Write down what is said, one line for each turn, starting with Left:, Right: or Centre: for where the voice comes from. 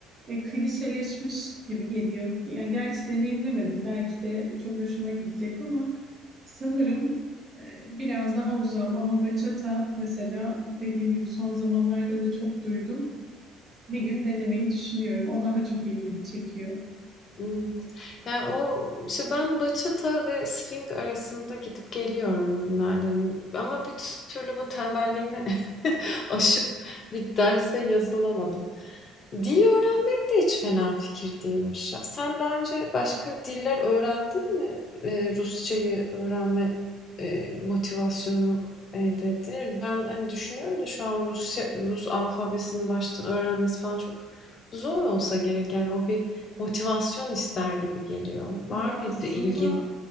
Right: e, klişeleşmiş gibi geliyor. Yani gerçi deneyimlemedim belki de çok hoşuma gidecek ama sanırım e, biraz daha uzağım ama bachata mesela dediğim gibi son zamanlarda da çok duydum. Bir gün denemeyi düşünüyorum. O daha çok ilgimi çekiyor.
Left: Evet. Yani o işte ben bachata ve swing arasında gidip geliyorum bugünlerde. Ama bir türlü bu tembelliğimi <laughs> aşıp bir derse yazılamadım. Dil öğrenmek de hiç fena fikir değilmiş ya. Sen daha önce başka diller öğrendin mi? Ee, Rusçayı öğrenme e, motivasyonu elde ettin. mi? Ben hani düşünüyorum da şu an Rusya, Rus alfabesini baştan öğrenmesi falan çok zor olsa gerek. Yani o bir motivasyon ister gibi geliyor. Var
Right: Ya
Left: mıydı
Right: aslında
Left: ilgin?